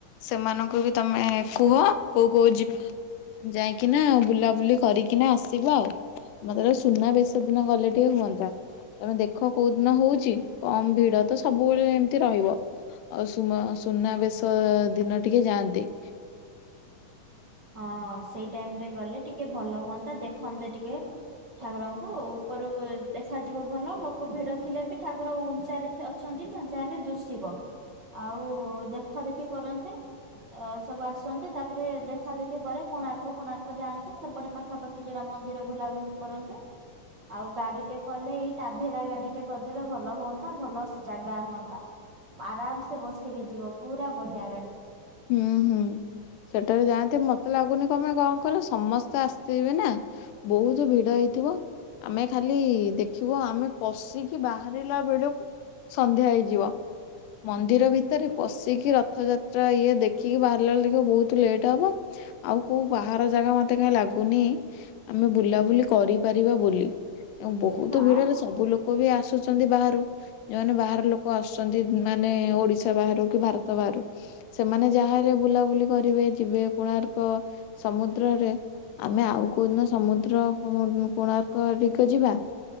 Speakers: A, on the left (about 85°); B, on the right (about 45°).
A: ସେମାନଙ୍କୁ ବି ତମେ କୁହ କୋଉ କୋଉ ଯି ଯାଇକିନା ବୁଲାବୁଲି କରିକି କିନା ଆସିବା ଆଉ ମତେ ତ ସୁନା ବେଶ ଦିନ ଗଲେ ଟିକେ ହୁଅନ୍ତା ତମେ ଦେଖ। କୋଉ ଦିନ ହଉଛି କମ ଭିଡ ତ ସବୁବେଳେ ଏମତି ରହିବ। ଆଉ ସୁମ ସୁନାବେଶ ଦିନ ଟିକେ ଯାଆନ୍ତି।
B: ହଁ ସେଇ ଟାଇମ ରେ ଗଲେ ଟିକେ ଭଲ ହୁଅନ୍ତା ଦେଖନ୍ତେ ଟିକେ। ଠାକୁରଙ୍କୁ ଉପରୁ ଦେଖାଯିବ ଭଲ ଲୋକ ଭିଡ ଥିଲେ ବି ଠାକୁର ଉଞ୍ଚାରେ ଥେ ଛନ୍ତି ନା ଜାହେଲେ ଦୂଷିବ। ଆଉ ଦେଖାଦେଖି କରନ୍ତେ ସବୁ ଆସନ୍ତେ ତାପରେ ଦେ ଦେଖା ଦେଖି ପରେ କୋଣାର୍କ ଫୋଣାର୍କ ଯାଆନ୍ତେ ସେପଟେ ପାଖାପାଖି ଯୋରା ମନ୍ଦିର ବୁଲାବୁଲି କରନ୍ତେ।। ଆଉ ଗାଡି ଟେ କଲେ ଏଇ ଟାଭେରା ଗାଡି ଟେ କରିଦେଲେ ଭଲ ହୁଅନ୍ତା ଭଲ ଜାଗା ହୁଅନ୍ତା। ଆରାମସେ ବସିକି ଯିବ ପୁରା ବଢିଆ ଗାଡି।
A: ହୁଁ ହୁଁ। ସେଠାରେ ଯାଆନ୍ତି ମତେ ଲାଗୁନି କଣ ପାଇଁ କଣ କଇଲ ସମସ୍ତେ ଆସିଥିବେ ନା। ବହୁତ ଭିଡ ହେଇଥିବ। ଆମେ ଖାଲି ଦେଖିବୁ ଆମେ ପଶିକି ବାହାରିଲା ବେଳକୁ ସନ୍ଧ୍ୟା ହେଇଯିବ ମନ୍ଦିର ଭିତରେ ପଶିକି ରଥଯାତ୍ରା ର ଇଏ ଦେଖିକି ବାହାରିଲା ବେଳେ ଦେଖିବ ବହୁତ ଲେଟ୍ ହବ। ଆଉ କୋଉ ବାହାର ଜାଗା ମତେ କାଇଁ ଲାଗୁନି ଆମେ ବୁଲାବୁଲି କରିପାରିବା ବୋଲି। ତ ବହୁତ
B: ନା
A: ଭିଡରେ ସବୁ ଲୋକ ବି ଆସୁଛନ୍ତି ବାହାରୁ ଯୋଉମାନେ ବାହାର ଲୋ ଲୋକ ଆସୁଛନ୍ତି ମାନେ ଓଡିଶା ବାହାରୁ କି ଭାରତ ବାହାରୁ ସେମାନେ ଯାହାହେଲେ ବୁଲାବୁଲି କରିବେ ଯିବେ କୋଣାର୍କ ସମୁଦ୍ରରେ ଆମେ ଆଉ କୋଉଦିନ ସମୁଦ୍ର କୋଣାର୍କ ଟିକେ ଯିବା।